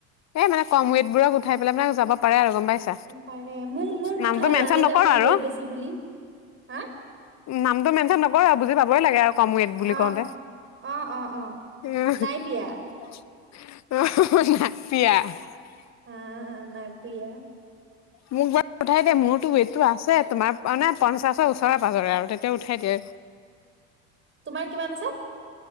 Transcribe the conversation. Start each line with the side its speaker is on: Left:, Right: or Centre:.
Left: এই মানে কম ৱেটবোৰক উঠাই পেলাই মানে যাব পাৰে আৰু পাইছা
Right: পাৰে মোক মোক নুঠাই
Left: নামটো মেনচন
Right: জানে
Left: নকৰো
Right: যে মোৰ
Left: আৰু
Right: ৱেইট বেছি বুলি হা।
Left: নামটো মেনচন নকৰে আৰু বুজি পাবই লাগে আৰু ৱেত বুলি
Right: অ
Left: কওঁতে
Right: অ অ অ অ
Left: উম
Right: নাই পিয়া
Left: <unintelligible>
Right: অ নাই প্ৰিয়া।
Left: মোক বাৰু পঠাই দে মোৰতো ৱেটটো আছে। তোমাৰ মানে পঞ্চাশৰ ওচৰে পাজৰে আৰু তেতিয়া উঠাই দিয়ে
Right: তোমাৰ কিমান আছে